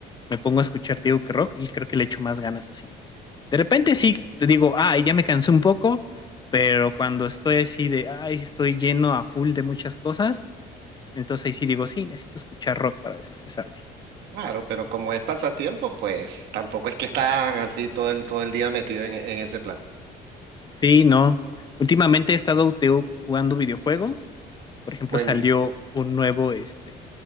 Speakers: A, on the left; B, on the right.
A: me pongo a escuchar, te digo que rock y creo que le echo más ganas así. De repente sí, te digo, ay, ya me cansé un poco, pero cuando estoy así de, ay, estoy lleno a full de muchas cosas, entonces ahí sí digo, sí, necesito escuchar rock para desestresarme.
B: Claro, pero como es pasatiempo, pues tampoco es que están así todo el, todo el día metido en, en ese plan.
A: Sí, no. Últimamente he estado te digo, jugando videojuegos. Por ejemplo,
B: Buenísimo.
A: salió un nuevo, este,